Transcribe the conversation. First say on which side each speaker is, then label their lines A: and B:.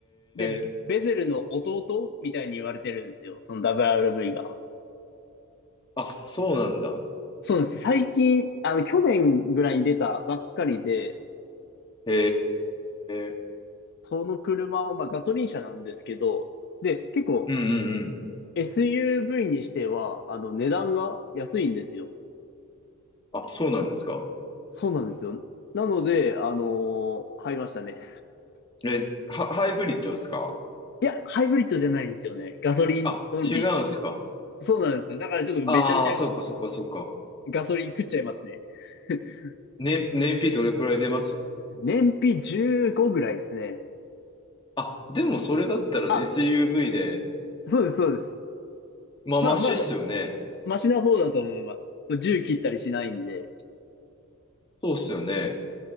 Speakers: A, on the left; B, on the left.
A: で、
B: え。
A: ベゼルの弟みたいに言われてるんですよ。その WRV が。
B: あ、そうなんだ。
A: そうなんです。最近、あの、去年ぐらいに出たばっかりで、
B: へえ。
A: その車を、まあガソリン車なんですけど、で、結構
B: うんうんうん。
A: SUV にしては、あの、値段が安いんですよ。
B: あ、そうなんですか。
A: そうなんですよ。なので、あのー買いましたね。
B: え、は、ハイブリッドですか
A: <laughs> いいや、ハイブリッドじゃないんですよね。ガソリンオンリーです。
B: あ、違うんですか。
A: そうなんですよ。だからちょっとめちゃめちゃ
B: ああ、そっかそっかそっか。
A: ガソリン食っちゃいますね。<laughs>
B: ね、燃費どれくらい出ます
A: 燃費15ぐらいですね。
B: あ、でもそれだったら
A: あ、
B: SUV で、
A: そうです、そうです。
B: まあ、
A: まあ、
B: マシっすよね。
A: まだ、マシな方だと思います。1切ったりしないんで。
B: そうっすよね。